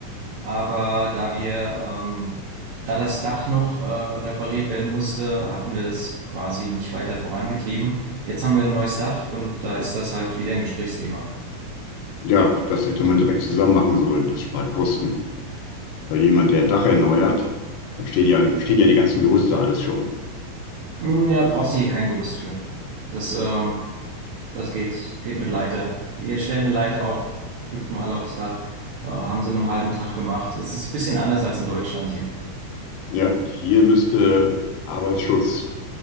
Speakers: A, on the right (about 75°); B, on the left (about 85°).
A: aber da wir, ähm, da das Dach noch, äh, repariert werden musste, hatten wir das quasi nicht weiter vorangetrieben. Jetzt haben wir ein neues Dach und da ist das halt wieder ein Gesprächsthema.
B: ja, das hätte man direkt zusammen machen sollen. Das spart Kosten. Weil jemand, der ein Dach erneuert, dann stehen ja, stehen ja die ganzen Gerüste alles schon.
A: Hm, Ja, brauchst du hier kein Gerüst für. Das, ähm, das geht, geht mit Leiter. Die stellen eine Leiter auf, hüpfen alle aufs Dach, äh, haben sie in einem halben Tag gemacht. Es ist ein bisschen anders als in Deutschland hier.
B: Ja, hier müsste Arbeitsschutz